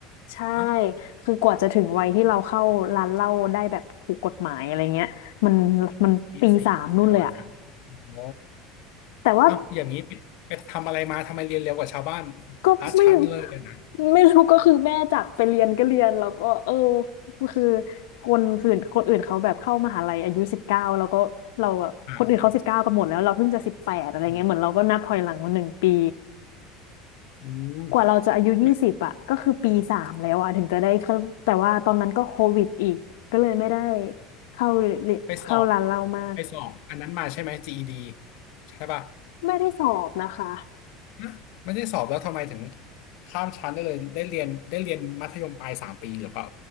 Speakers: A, on the left; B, on the left.
A: ใช่
B: เอ้า
A: คือกว่าจะถึงวัยที่เราเข้าร้านเหล้าได้แบบถูกกฎหมายอะไรเงี้ยมันมันปีสามนู่นเลยอะ
B: ปีสี่แล้วอะนะโอ้
A: แต่ว่า
B: เอ้าอย่างนี้ไปไปทำอะไรมาทำไมเรียนเร็วกว่าชาวบ้าน
A: ก็ไม่
B: พาชั้นเลยอะนะ
A: ไม่รู้ก็คือแม่จับไปเรียนก็เรียนแล้วก็เออคือคนอื่นคนอื่นเขาแบบเข้ามหาลัยอายุสิบเก้าแล้วก็เราแบบคนอื่นเขาสิบเก้ากันหมดแล้วเราเพิ่งจะสิบแปดอะไรเงี้ยเหมือนเราก็นับถอยหลังมาหนึ่งปี
B: อ่าออืม
A: กว่าเราจะอายุยี่สิบอ่ะก็คือปีสามแล้วอ่ะถึงจะได้เข้าแต่ว่าตอนนั้นก็โควิดอีกก็เลยไม่ได้
B: ไม่
A: เข้าเรียนเข้าร้านเรามาก
B: ไปสอบไปสอบอันนั้นมาใช่ไหม GED ใช่ป่ะ
A: ไม่ได้สอบนะคะ
B: นะไม่ได้สอบแล้วทำไมถึงข้ามชั้นได้เลยได้เรียนได้เรียนมัธยมปลายสามปีหรือเปล่า